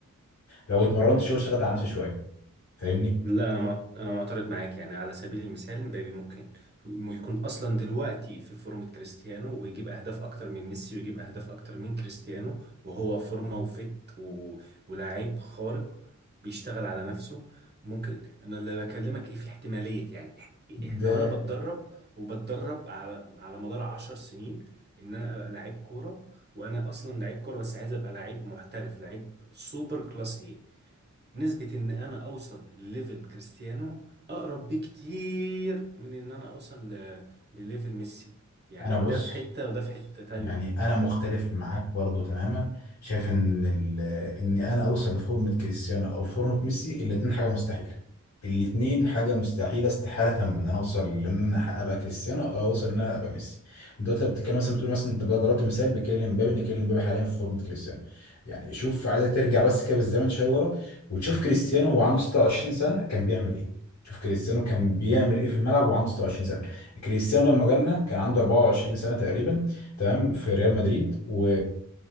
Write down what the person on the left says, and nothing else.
لو اتمرنت شويه واشتغلت على نفسي شويه فاهمني
ده
انا بص
يعني انا مختلف معاك برضو تماما شايف ان ال... ان انا اوصل لفورمة كريستيانو او فورمة ميسي الاتنين حاجة مستحيلة الاتنين حاجة مستحيلة استحالة تامة ان انا اوصل ان انا ابقى كريستيانو او اوصل ان انا ابقى ميسي دلوقتي انت بتتكلم مثلا بتقول مثلا انت ضربت مثال بكيليان مبابي ان كيليان مبابي حاليا في فورمة كريستيانو يعني شوف عايز ترجع بس كده بالزمن شوية ورا وتشوف كريستيانو وهو عنده 26 سنة كان بيعمل ايه شوف كريستيانو كان بيعمل ايه في الملعب وعنده 26 سنة كريستيانو لما جالنا كان عنده 24 سنة تقريبا تمام في ريال مدريد و